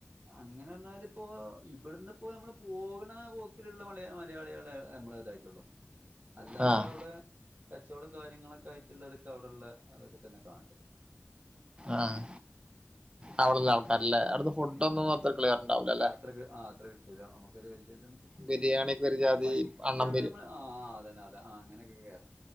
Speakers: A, on the right; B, on the right.
A: അങ്ങനെറഞ്ഞാല് പ്പോ ഇവിടുന്ന് ഇപ്പോ നമ്മള് പോകണ പോക്കിലുള്ള വളിയാ മലയാളികളെ നമ്മളതായിട്ടുള്ളൂ അല്ലാതെ
B: ആഹ്
A: അവിടെ കച്ചവടം കാര്യങ്ങളൊക്കെ ആയിട്ടുള്ളോരൊക്കെ അവിടെള്ള അതൊക്കെ തന്നെ കാണേണ്ടത്
B: ആഹ് അവിടുള്ള ആൾക്കാരല്ലേ അവിടുത്തെ ഫുഡ് ഒന്നും അത്ര ക്ലിയർണ്ടാവൂല ല്ലെ
A: അത്രക്ക്‌ ആഹ് അത്ര കിട്ടൂല്ല നമുക്കൊരു വല്യേത്ണ്. ട്ടൂല
B: ബിരിയാണിയൊക്കെ ഒരു ജാതി
A: ഫസ്റ്
B: അണ്ണം
A: അവിടെമ്മൾ ആഹ് അതന്നെ അതെ ആഹ് അങ്ങനെയൊക്കെ കേയറാം.